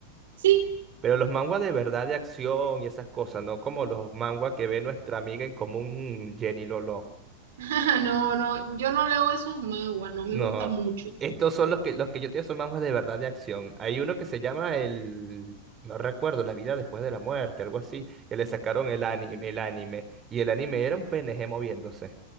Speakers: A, on the right; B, on the right.
A: Sí,
B: Pero los manhwa de verdad de acción y esas cosas, no como los manhwa que ve nuestra amiga en común Jenny Lolo.
A: <laughs> no, no, yo no leo esos manguas, no me
B: No,
A: gusta mucho.
B: estos son los que, los que yo te digo son mangas de verdad de acción. Hay uno que se llama el, no recuerdo, La vida después de la muerte, algo así, que le sacaron el anime, el anime, y el anime era un PNG moviéndose.